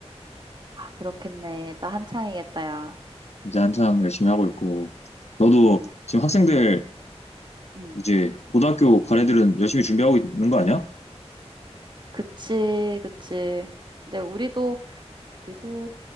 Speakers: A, on the right; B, on the left.
A: 아, 그렇겠네. 나 한창이겠다, 야.
B: 이제 한창 열심히 하고 있고. 너도
A: 음, 음,
B: 지금 학생들
A: 음.
B: 이제 고등학교 과외들은 열심히 준비하고 있는 거 아니야?
A: 그치, 그치. 근데 우리도, 우리도,